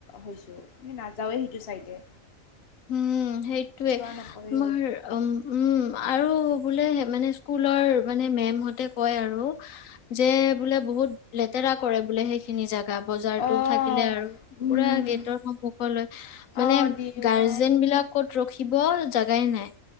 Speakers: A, on the left; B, on the left.
A: হৈছোঁ মানে নাযাওঁৱেই সেইটো চাইডে
B: উম সেইটোৱে
A: যোৱা
B: তোমাৰ
A: নপৰে
B: উ উম আৰু বোলে মানে স্কুলৰ মানে মেমহতে কয় আৰু যে বোলে বহুত লেতেৰা কৰে বোলে সেইখিনি জেগা বজাৰতটো
A: অঁ
B: থাকিলে আৰু
A: উম
B: পুৰা গেটৰ সন্মুখ লৈ মানে
A: অঁ দিয়ে
B: <unintelligible> ত
A: ন
B: ৰখিব জাগাই নাই